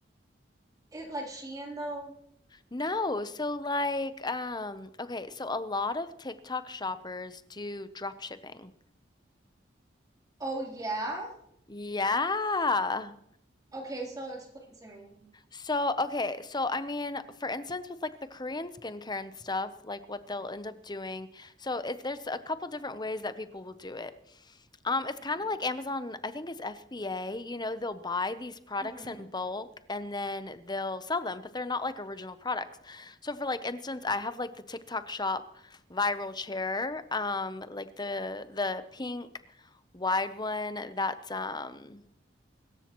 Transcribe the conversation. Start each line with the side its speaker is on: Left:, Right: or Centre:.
Right: It like Shein though?
Left: No, so like, um, okay, so a lot of TikTok shoppers do drop shipping.
Right: Oh yeah?
Left: Yeah.
Right: Okay, so explain to me.
Left: So, okay, so I mean, for instance, with like the Korean skincare and stuff, like what they'll end up doing. So, it's there's a couple different ways that people will do it. Um, it's
Right: hmm
Left: kind of like Amazon, I think it's FBA, you know, they'll buy these products
Right: hmm
Left: in bulk and then they'll sell them, but they're not like original products. So for like instance, I have like the TikTok shop viral chair, um, like the the pink wide one that's um